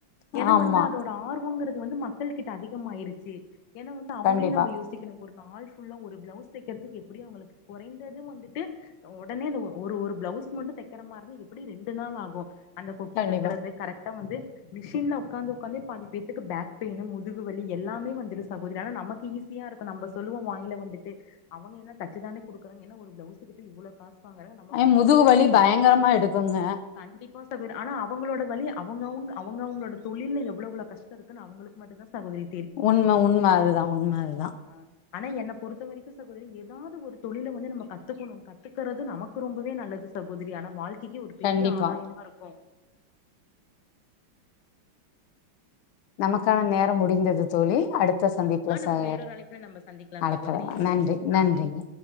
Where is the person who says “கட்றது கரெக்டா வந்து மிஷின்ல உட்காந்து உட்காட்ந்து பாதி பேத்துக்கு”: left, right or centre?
Left